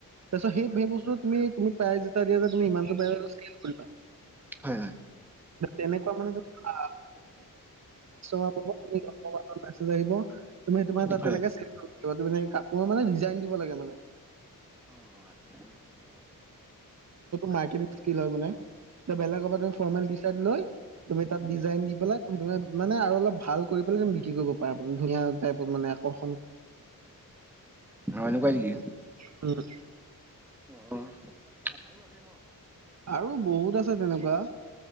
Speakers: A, on the right; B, in the centre.
A: তাৰপিছত সেই সেই বস্তুটো তুমি তুমি প্ৰায় যে দিয়া তুমি ইমান বে কৰিবা।
B: হয় হয় হয়
A: তেনেকুৱা মানে ধৰা তাৰ ম আহিব তুমি সেইটো
B: হয়
A: ত। সহ কাপোৰৰ মানে ডিজাইন দিব লাগে মানে
B: অ আচ্ছা
A: মাৰ্কেটিং স্কিল হয় মানে বেলেগৰ পৰা তুমি ফৰ্মেল টি চাৰ্ট লৈ তুমি তাত
B: ন
A: ডিজাইন দি পেলাই তুমি তুমি মানে আৰু অলপ ভাল কৰি বিক্ৰী কৰিব পাৰে মানে ধুনীয়া টাইপত মানে আকৰ্ষণ
B: এনেকুৱা কি
A: হয়
B: আহ
A: আৰু বহুত আছে তেনেকুৱা